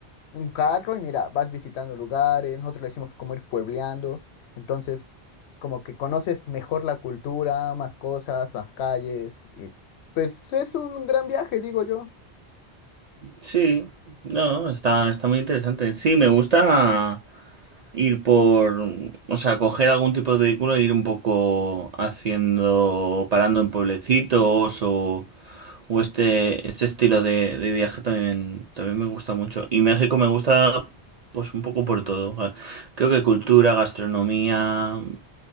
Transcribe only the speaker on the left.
un carro y mira, vas visitando lugares, nosotros le decimos como ir puebleando, entonces como que conoces mejor la cultura, más cosas, las calles, y pues es un gran viaje, digo yo.